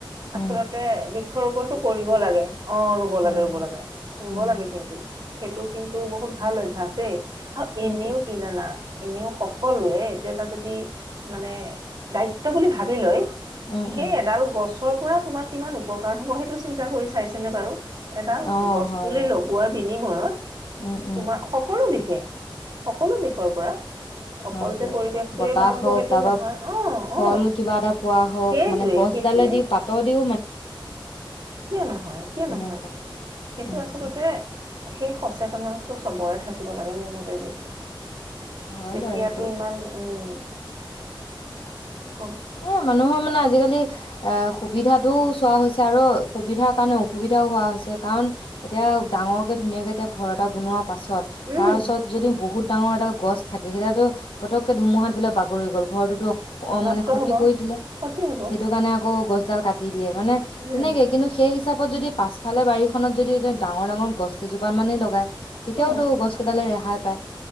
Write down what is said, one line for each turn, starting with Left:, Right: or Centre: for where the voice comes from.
Left: উম,
Right: আচলতে বৃক্ষৰোপনটো কৰিব লাগে অ ৰুব
Left: হয়,
Right: লাগে ৰুব
Left: হয়,
Right: লাগে ৰুব
Left: উম,
Right: লাগে কিন্তু সেইটো কিন্তু বহুত ভাল অভ্যাস দেই অ
Left: সেইটোৱে,
Right: এনেও কি জানা। এনেও সকলোৱে এইটো এটা যদি মানে দায়িত্ব বুলি ভাবি লয়।
Left: উম,
Right: সেই
Left: উম,
Right: এডাল গছ। ঘৰ পৰা। তোমাৰ কিমান উপকাৰ হ'ব সেইটো চিন্তা কৰি চাইছেনে বাৰু? এডাল
Left: অ',
Right: গছ
Left: হয়
Right: পুলি
Left: বাৰু,
Right: লগোৱাৰ বি। বিনিময়ত।
Left: উম, উম,
Right: তোমাৰ সকলো দিশ। সকলো দিশৰ পৰা। অকল
Left: হয় দিয়ক,
Right: যে পৰিৱেশটোৱে
Left: বতাহ
Right: ভাল
Left: হওক
Right: হ'ব সেইটো
Left: তাৰপা
Right: নহয় অ',
Left: ফল
Right: অ',
Left: কিবা এটা পোৱা হওক
Right: সেইটোৱে
Left: মানে গছডালে
Right: সেইটোৱে
Left: দি পাতৰ দিও।
Right: কিয় নহয় কিয়
Left: তেনেকুৱা,
Right: নহয় সেইটো
Left: উম,
Right: আচলতে সেই সচেতন। টো চবৰে থাকিব লাগে মোৰ মতেদি।
Left: হয়
Right: তেতিয়াতো
Left: বাৰু সেইটো।
Right: ইমান উম। <inaudible>
Left: এ মানুহৰ মানে আজিকালি এ সুবিধাটো। চোৱা হৈছে আৰু সুবিধাৰ কাৰণে অসুবিধাও হোৱা হৈছে কাৰণ এতিয়া ডাঙৰ কে ধুনীয়াকে এতিয়া ঘৰ এটা বনোৱা পাছত
Right: উম
Left: তাৰ ওছৰত যদি বহুত ডাঙৰ এডাল গছ থাকে সেইডাতটো পতক কে ধুমুহাত বোলে ব। পৰি গ'ল ঘৰৰতটো তো অ
Right: নষ্ট
Left: মানে কৰি
Right: হ'ব
Left: দিলে
Right: ক্ষতি হ'ব
Left: সেইটো কাৰণে আকৌ গছ ডাল কাটি দিয়ে মানে
Right: উম
Left: তেনেকে কিন্তু সেই হিচাপ ত যদি পাছফালে বাৰীখনত যদি এতি ডাঙৰ ডাঙৰ গছ কেইজোপা মানে লগাই তেতিয়াও
Right: অ',
Left: টো গছ কেইদালে ৰেহাই। পায়।